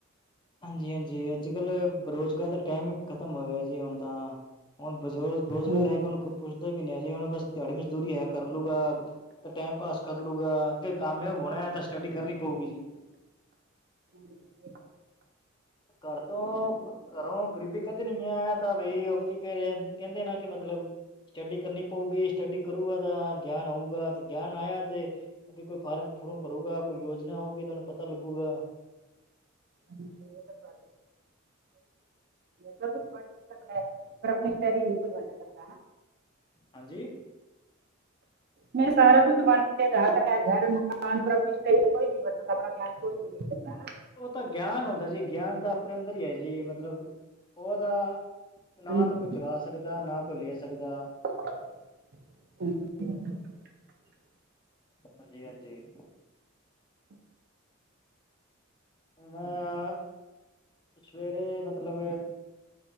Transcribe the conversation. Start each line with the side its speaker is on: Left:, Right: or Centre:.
Left: ਹਾਂਜੀ -ਹਾਂਜੀ, ਅੱਜ ਕੱਲ੍ਹ ਰੁਜ਼ਗਾਰ ਦਾ ਟਾਈਮ ਹੀ ਖ਼ਤਮ ਹੋ ਗਿਆ ਜੀ ਹੁਣ ਤਾਂ ਹੁਣ ਬਜ਼ੁਰਗ ਰੁਜ਼ਗਾਰ
Right: ਹਾਂਜੀ ਸਟੱਡੀ
Left: ਹੈਗਾ ਉਹਨੂੰ ਕੋਈ ਪੁੱਛਦਾ ਵੀ ਨਹੀਂ ਅ ਜੀ ਉਹਨ ਬਸ ਦਿਹਾੜੀ ਮਜ਼ਦੂਰੀ ਹੈ ਕਰ ਲੂਗਾ ਤੇ ਟਾਈਮ ਪਾਸ ਕਰ ਲੂਗਾ, ਅੱਗੇ ਕਾਮਯਾਬ ਹੋਣਾ ਹੈ ਤਾਂ ਸਟੱਡੀ ਕਰਨੀ ਪਊਗੀ ਜੀ।
Right: ਦੇ ਬਗੈਰ
Left: ਘਰ ਤੋਂ ਘਰੋਂ ਗਰੀਬੀ ਕੱਢਣੀ ਹੈ ਤਾਂ ਬਈ ਉਹ ਕੀ ਕ ਕਹਿੰਦੇ ਨਾ ਕਿ ਮਤਲਬ ਸਟੱਡੀ ਕਰਨੀ ਪਊਗੀ, ਸਟੱਡੀ ਕਰੂਗਾ ਤਾਂ ਗਿਆਨ ਆਊਗਾ ਤੇ ਗਿਆਨ ਆਇਆ ਤੇ ਅੱਗੇ ਕੋਈ ਫਾਰਮ ਫਰਮ ਭਰੂਗਾ ਕੋਈ ਯੋਜਨਾ ਆਊਗੀ ਤੁਹਾਨੂੰ ਪਤਾ ਲੱਗੂਗਾ
Right: ਹਾਂਜੀ ਉਹ ਸਭ ਬਾ ਸਭ ਕੁਛ ਵੰਡ ਸਕਦਾ ਪਰ ਆਪਣੀ ਸਟਡੀ ਕੋਈ ਵੰਡ ਸਕਦਾ
Left: ਹਾਂਜੀ
Right: ਮੈਂ ਸਾਰਾ ਕੁਛ ਬਣ ਜਾ ਸਕਡ ਘਰ ਮਕਾਨ ਕੋਈ ਨ ਪਾ ਧਿਆਨ ਕੋਈ ਨੀ ਨਹੀਂ ਸਕਦਾ ਨਾ
Left: ਉਹ ਤਾਂ ਗਿਆਨ ਹੁੰਦਾ ਜੀ ਗਿਆਨ ਤਾਂ ਆਪਣੇ ਅੰਦਰ ਹੀ ਹੈ ਜੀ ਮਤਲਬ ਉਹਦਾ ਨਾ
Right: ਹਾਂਜੀ
Left: ਤਾਂ ਕੋਈ ਚੁਰਾ ਸਕਦਾ, ਨਾ ਕੋਈ ਲੈ ਸਕਦਾ
Right: <inaudible>
Left: ਹਾਂਜੀ- ਹਾਂਜੀ। ਮੈਂ ਸਵੇਰੇ ਮਤਲਬ